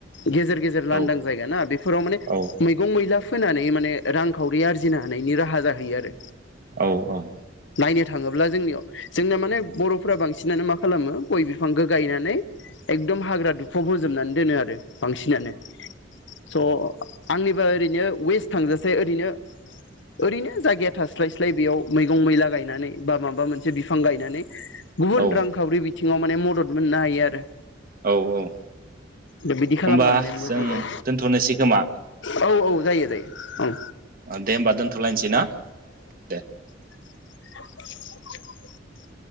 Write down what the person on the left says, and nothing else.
गेजेर गेजेर लांनदां
जायगा ना बेफोराव माने
मैगं मैलाफ फोनानै माने रांखावरि आरजिनो हानायनि राहा जाहैयो आरो।
नायनो थाङोब्ला जोंनियाव। जोंनिया माने बर'फोरा बां। सिनानो मा खालामो गय बिफांखौ गायनानै एकदम हाग्रा दुफौ हो जोबनानै दोनो आरो। बांसिनानो स'। आंनिबा ओरैनो वेस्ट थांजासे ओरैनो ओरैनो जायगाया थास्लाय स्लाय बेयाव मैगं मैला गायनानै बा माबा मोनसे बिफां गायनानै गुबुन
रांखावरि बिथिङाव माने मदद मोननो हायो आरो।
दा बिदि खालामबा
माने मोजां
जायो
औ औ जायो जायो। ओं
<inaudible>